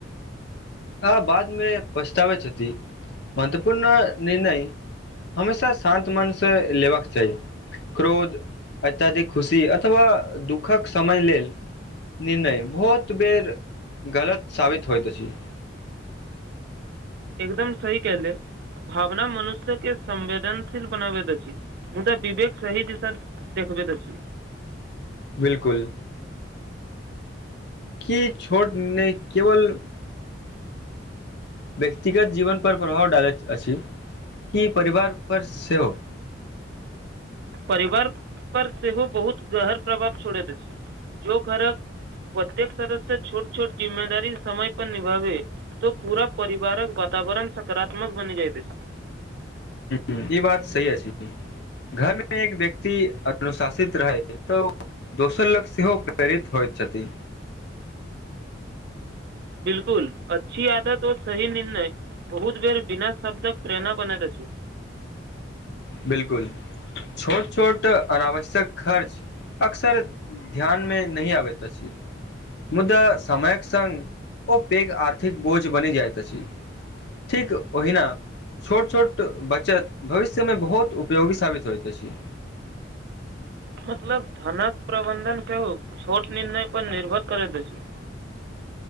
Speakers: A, on the left (about 65°); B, on the right (about 60°).
A: आ बाद मे पछतावती छथी महत्वपूर्ण निर्णय हमेशा शान्त मन से लेबाक चाही क्रोध अत्यधिक खुशी अथवा दुःखक समय लेल निर्णय बहुत बेेर गलत साबित होइत अछि
B: एकदम सी कहले भावना मनुष्य के संवेदनशील बनाबैत द अछि ह तऽ विवेक सही दिशन देखबैत अछि
A: बिल्कुल की छोट नहि केवल व्यक्तिगत जीवन पर प्रभाव डालैत अछि कि परिवार पर सेहो
B: परिवार पर सेहो बहुत गहर प्रभाव छोरत अछि जो घरक प्रत्येक सदस्य छोट छोट जिम्मेदारी समय पर निभाभे त पूरा परिवारक वातावरण सकारात्मक बनि जाइत अछि
A: हूँ ई बात सही अछि घर मे एक व्यक्ति अनुशासित रहै तऽ दोसर लग सेहो प्रेरित होइत छथि
B: बिलकुल अच्छी आदत ओर सही निर्णय बहुत बेर बिना शब्दक प्रेरणा बनैत अछि
A: बिलकुल छोट छोट अनावश्यक खर्च अक्सर ध्यान मे नहि आबैत अछि मुद्दा समयक संग ओ पेघ आर्थिक बोझ बनी जाएत अछि ठीक ओहिना छोट छोट बचत भविष्य में बहुत उपयोगी साबित होइत अछि
B: मतलब धनक प्रबंधन सेहो छोट निर्णय पर निर्भर करैत अछि